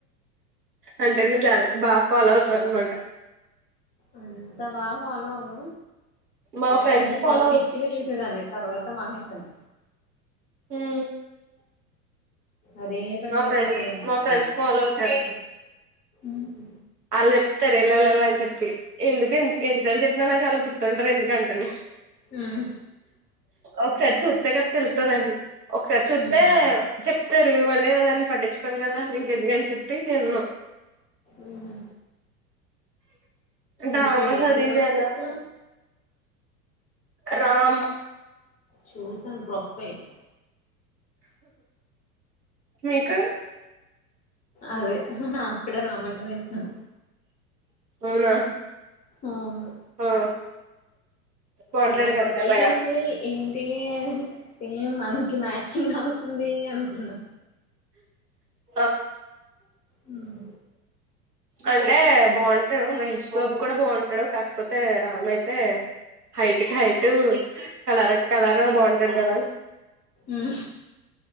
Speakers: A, on the right; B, on the left.
A: అ చాలా బా ఫాలో అవుతార్ అనమాట
B: అంతా బాగా ఫాలో అవను
A: మా
B: ఒక
A: ఫ్రెండ్స్
B: టైం లో చాలా
A: ఫాలో
B: పిచ్చిగా చూసేదాన్ని తర్వాత మానేసాను
A: హ్మ్
B: అదే పనిగా
A: మా ఫ్రెండ్స్
B: చూసేదాన్ని
A: మా
B: అసలు
A: ఫ్రెండ్స్ ఫాలో అవుతారు
B: ఉహు.
A: ఆళ చెప్తారు ఎళ్లెలళ్ల అని చెప్పి ఎందుకే ఎన్నిసార్లు చెప్పినా నాకు అలుగు తుంటారు ఎందుకంటేని
B: ఉమ్.
A: ఒకసారి చూత్తే కదా తెలు స్తదండి ఒకసారి చూత్తే
B: ఉమ్.
A: చెప్ తారు లేదు దాని పట్టించుకోను కదా ఇంకెందుకని చెప్పి ఇన్ను
B: ఊహు
A: డ్రామాస్
B: మీకు ఏ
A: అది
B: హీరో
A: ఇది
B: అంటే
A: అన్నారు
B: ఇష్టం
A: రామ్
B: చూసాను ప్రొఫైల్
A: మీకు
B: అదే నా క్కూడా రామయ వైష్ణవ్
A: అవునా
B: అవును
A: ఆ బాగుంటాడు
B: ఆ
A: కదా
B: ప్రొఫైల్
A: తెల్లగా
B: చూసి ఏంటే సేమ్ మనకి మ్యాచింగ్ అవు తుంది అనుకున్నా
A: ఆ
B: హ్మ్.
A: అంటే బాగుంటాడు మహేష్ ష్ బాబు కూడా బాగుంటాడు కాకపోతే రామ్ అయితే హైట్ కి హైటు కలర్ కు కలర్ బాగుంటాడు కదా
B: ఉ